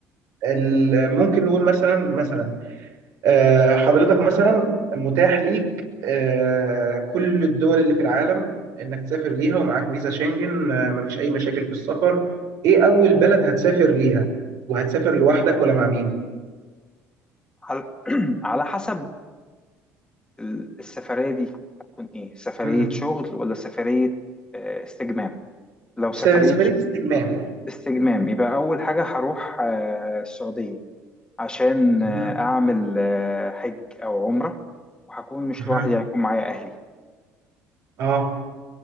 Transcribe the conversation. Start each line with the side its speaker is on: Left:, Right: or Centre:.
Right: ال- ممكن نقول مثلا مثلا آه، حضرتك مثلا متاح ليك آه، كل الدول اللي في العالم انك تسافر ليها ومعاك فيزا شنجن آه، مفيش اي مشاكل في السفر ايه اول بلد هتسافر ليها وهتسافر لوحدك ولا مع مين
Left: على, <clears throat> على حسب ال- السفرية دي هتكون إيه سفرية
Right: مم.
Left: شغل ولا سفرية آه، استجمام لو سفرية
Right: س- سفرية استجمام
Left: استجمام يبقى أول حاجة هروح آه، السعودية عشان
Right: مهم.
Left: آه، أعمل آه، حج أو عمرة وهكون مش
Right: مهم.
Left: لوحدي هيكون معايا أهلي
Right: اه